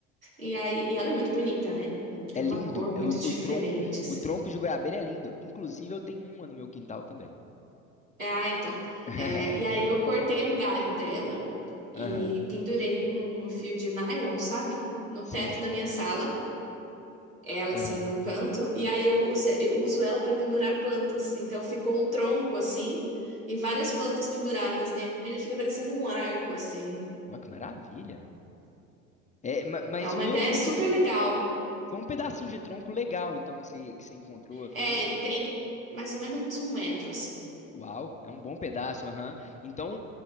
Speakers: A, on the right; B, on the left.
A: E aí, e ela é muito bonita, né? Ela tem
B: É lindo.
A: uma cor muito
B: É O, o
A: diferente,
B: tronco,
A: assim.
B: o tronco de goiabeira é lindo. Inclusive, eu tenho uma no meu quintal também.
A: Ah, então.
B: <laughs>
A: É, e aí eu cortei um galho dela e
B: Aham,
A: pendurei com um fio de nylon, sabe? No
B: sim.
A: teto da minha sala. Ela,
B: Aham.
A: assim, num canto. E aí eu, use- eu uso ela para pendurar plantas. Então ficou o tronco, assim, e várias plantas penduradas nele. Ele fica parecendo um arco, assim.
B: Nossa, que maravilha. É, ma- mas
A: É uma
B: foi
A: ideia
B: um,
A: super legal.
B: foi um pedacinho de tronco legal, então, que você, que você encontrou. Foi
A: É,
B: um.
A: ele tem mais ou menos um metro, assim.
B: Uau, é um bom pedaço, aham. Então,